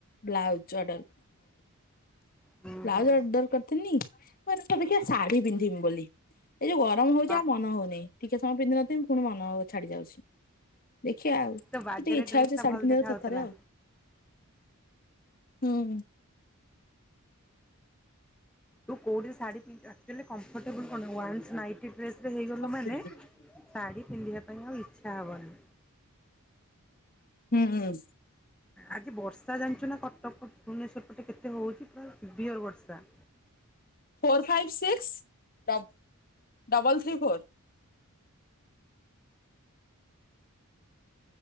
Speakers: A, on the left; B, in the centre.
A: Blouse order.
B: ହୁଁ
A: ବ୍ଲାଉଜ୍
B: ହୁଁ
A: ଅର୍ଡର କର୍ ତିନି ମୋତେ ତ ଟିକେ ଶାଢୀ ପିନ୍ଧିବି ବୋଲି, ଏ ଯୋଉ ଗରମ ହଉଛି
B: ବା
A: ଆଉ ମନ ହଉନି। ଟିକେ ସମୟ ପିନ୍ଧି ନଥିବି, ପୁଣି ମନ ଛାଡି ଯାଉଛି। ଦେଖିବା ଆଉ।
B: ତୋ
A: ମୋତେ
B: ବାର୍ଥଡେରେ
A: ଟିକେ ଇଚ୍ଛା
B: ଡ୍ରେସ୍
A: ହଉଛି
B: ଟା
A: ଶାଢୀ
B: ଭଲ
A: ପିନ୍ଧିବାକୁ
B: ଦେଖା
A: ଥ
B: ହଉଥିଲା।
A: ଥରେ ଆଉ। ହୁଁ ହୁଁ।
B: ତୁ କୋଉଠି ଶାଢ଼ୀ ପିନ୍ଧୁ ଆକ୍ଚୁଆଲି କମ୍ଫର୍ଟେବଲ୍ କଣ ୱାନ୍ସ ନାଇଟି ଡ୍ରେସରେ ହେଇଗଲୁ ମାନେ
A: ହୁଁ
B: ଶାଢୀ ପିନ୍ଧିବା ପାଇଁ ଆଉ ଇଚ୍ଛା ହବନି।
A: ହୁଁ ହୁଁ।
B: ଆଜି ବର୍ଷା ଜାଣିଛୁ ନା କଟକ ଭୁବନେଶ୍ୱର ପଟେ କେତେ ହଉଛି ପୁରା ସିଭିୟର୍ ବର୍ଷା।
A: Four five six ଡବ୍ double three four.